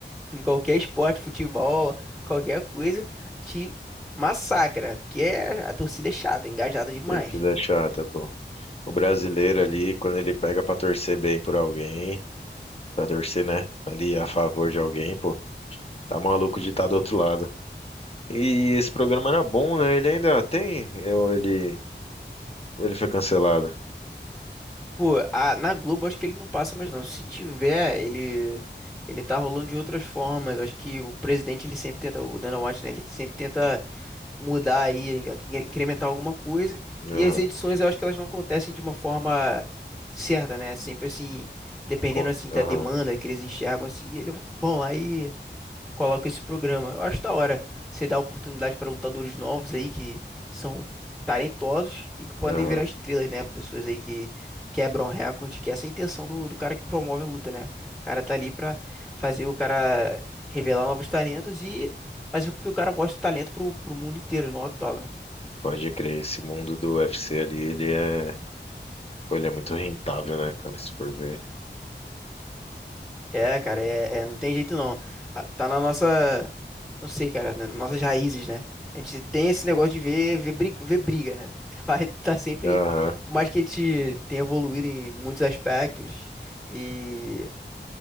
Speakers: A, in the centre; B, on the left (about 35°).
A: Em qualquer esporte, futebol, qualquer coisa, te massacra. Que é, a torcida é chata, engajada demais.
B: Torcida é chata, pô. O brasileiro ali, quando ele pega pra torcer bem por alguém, pra torcer, né, ali a favor de alguém, pô, tá maluco de estar do outro lado. E esse programa era bom, né? Ele ainda tem, ou ele, ou ele foi cancelado?
A: Pô, a- na Globo acho que ele não passa mais não. Se tiver, ele ele tá rolando de outras formas. Acho que o presidente ele sempre tenta, o Dana White, né, ele sempre tenta mudar aí, in- incrementar alguma coisa.
B: Aham,
A: E as edições eu acho que elas não acontecem de uma forma certa, né? Sempre assim, dependendo
B: co-
A: assim da
B: aham,
A: demanda que eles enxergam assim, eles vão lá coloca esse programa. Eu acho da hora você dar oportunidade para lutadores novos aí que são talentosos e que podem
B: aham.
A: virar estrelas, né? Pessoas aí que quebram recorde, que essa é a intenção do, do cara que promove a luta, né? O cara tá ali pra fazer o cara revelar novos talentos e mas o que o cara mostra o talento pro, pro mundo inteiro no octógono.
B: Pode crer, esse mundo do UFC ali, ele é, pô, ele é muito rentável, né, cara, se for ver.
A: É, cara, é, é- não tem jeito não. Ah, Tá na nossa, não sei, cara, nas nossas raízes, né? A gente tem esse negócio de ver, ver, briga, ver briga, né? <laughs> Vai tá sempre,
B: Aham,
A: por mais que a gente tenha evoluído em muitos aspectos e